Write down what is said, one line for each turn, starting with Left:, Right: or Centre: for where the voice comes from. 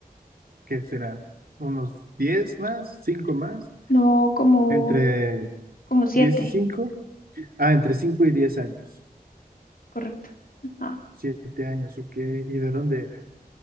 Right: qué será? ¿Unos 10 más? ¿5 más?
Left: no, como,
Right: ¿Entre
Left: como siete,
Right: 10 y 5? Ah, entre 5 y 10 años.
Left: correcto, ajá,
Right: 7 años, ok. ¿Y de dónde era?